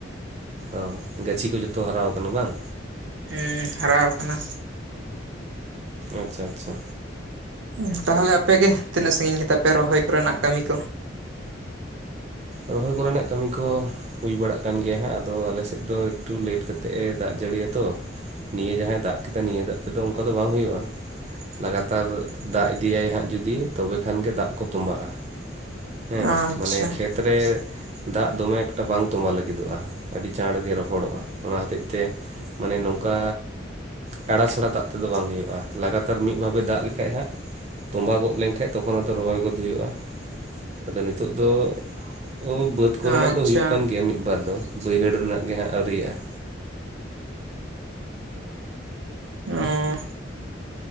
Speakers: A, on the right; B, on the right.
A: ᱚ ᱜᱟᱹᱪᱷᱤ ᱠᱚ ᱡᱚᱛᱚ ᱦᱟᱨᱟ ᱠᱟᱱᱟ ᱵᱟᱝ?
B: ᱦᱩᱸ ᱦᱟᱨᱟ ᱠᱟᱱᱟ᱾
A: ᱟᱪᱪᱷᱟ ᱟᱪᱪᱷᱟ᱾
B: ᱩᱸ ᱛᱟᱦᱚᱞᱮ ᱟᱯᱮ ᱜᱮ ᱛᱤᱱᱟᱹᱜ ᱥᱟᱺᱜᱤᱧ ᱠᱮᱫᱟ ᱯᱮ ᱨᱚᱦᱚᱭ ᱠᱚᱨᱮᱱᱟᱜ ᱠᱟᱹᱢᱤ ᱠᱚ?
A: ᱨᱚᱦᱚᱭ ᱠᱚᱨᱮᱱᱟᱜ ᱠᱟᱹᱢᱤ ᱠᱚ ᱦᱩᱭ ᱵᱟᱲᱟᱜ ᱠᱟᱱ ᱜᱮᱭᱟ ᱦᱟᱸᱜ ᱟᱫᱚ ᱟᱞᱮ ᱥᱮᱜ ᱫᱚ ᱮᱠᱴᱩ ᱞᱮᱴ ᱠᱟᱛᱮᱜ ᱮ ᱫᱟᱜ ᱡᱟᱹᱲᱤᱭᱟ ᱛᱚ᱾ ᱱᱤᱭᱟᱹ ᱡᱟᱦᱟᱸᱭ ᱫᱟᱜ ᱠᱮᱫᱟ ᱱᱤᱭᱟᱹ ᱫᱟᱜ ᱛᱮᱫᱚ ᱚᱱᱠᱟ ᱫᱚ ᱵᱟᱝ ᱦᱚᱭᱚᱜ-ᱟ᱾ ᱞᱟᱜᱟᱛᱟᱨ ᱫᱟᱜ ᱤᱫᱤᱭᱟᱭ ᱦᱟᱸᱜ ᱡᱩᱫᱤ ᱛᱚᱵᱮ ᱠᱷᱟᱱ ᱜᱮ ᱫᱟᱜ ᱠᱚ ᱛᱚᱸᱵᱟᱜ-ᱟ᱾ ᱦᱮᱸ
B: ᱟᱪᱪᱷᱟ
A: ᱢᱟᱱᱮ ᱠᱷᱮᱛ ᱨᱮ ᱫᱟᱜ ᱫᱚᱢᱮ ᱮᱠᱴᱟ ᱵᱟᱝ ᱛᱚᱸᱵᱟᱣ ᱞᱟᱹᱜᱤᱫᱚᱜᱼᱟ, ᱟᱹᱰᱤ ᱪᱟᱬ ᱜᱮ ᱨᱚᱦᱚᱲᱚᱜᱼᱟ ᱚᱱᱟ ᱦᱚᱛᱮᱡ ᱛᱮ ᱢᱟᱱᱮ ᱱᱚᱝᱠᱟ ᱠᱟᱲᱟ ᱪᱷᱟᱲᱟ ᱫᱟᱜ ᱛᱮᱫᱚ ᱵᱟᱝ ᱦᱩᱭᱩᱜᱼᱟ, ᱞᱟᱜᱟᱛᱟᱨ ᱢᱤᱫ ᱵᱷᱟᱵᱮ ᱫᱟᱜ ᱞᱮᱠᱷᱟᱡ‌ ᱦᱟᱸᱜ ᱛᱚᱸᱵᱟ ᱜᱚᱫ ᱞᱮᱱᱠᱷᱟᱡ ᱛᱚᱠᱷᱚᱱ ᱟᱫᱚ ᱨᱚᱦᱚᱭ ᱜᱚᱫᱽ ᱦᱩᱭᱩᱜᱼᱟ, ᱟᱫᱚ ᱱᱤᱛᱚᱜ ᱫᱚ ᱩᱸ ᱵᱟᱹᱫᱽ ᱠᱚᱨᱮᱱᱟᱜ
B: ᱟᱪᱪᱷᱟ
A: ᱫᱚ ᱦᱩᱭᱩᱜ ᱠᱟᱱ ᱜᱮᱭᱟ ᱢᱤᱫᱵᱟᱨ ᱫᱚ, ᱵᱟᱹᱭᱦᱟᱹᱲ ᱨᱮᱱᱟᱜ ᱜᱮ ᱦᱟᱸᱜ ᱟᱣᱨᱤᱭᱟᱜᱼᱟ᱾
B: ᱚᱸᱻ